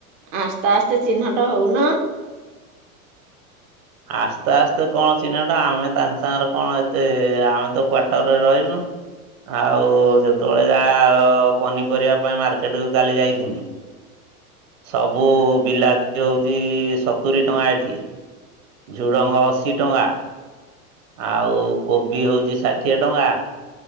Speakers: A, on the right; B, on the right.
A: ଆସ୍ତେ ଆସ୍ତେ ଚିହ୍ନଟ ହଉନ।
B: ଆସ୍ତେ ଆସ୍ତେ କଣ ଚିହ୍ନଟା ଆମେ ତାଙ୍କ ସାଙ୍ଗରେ କଣ ଏତେ ଆମେ ତ କ୍ଵାର୍ଟରରେ ରହିଲୁ। ଆଉ ଯେତେବେଳେ ଯାହା ପନିପରିବା ପାଇଁ ମାର୍କେଟକୁ କାଲି ଯାଇଥିନି। ସବୁ ବିଲାତି ହଉଚି ସତୁରି ଟଙ୍କା ଏଠି। ଝୁଡ଼ଙ୍ଗ ଅଶୀ ଟଙ୍କା। ଆଉ କୋବି ହଉଚି ଷାଠିଏ ଟଙ୍କା।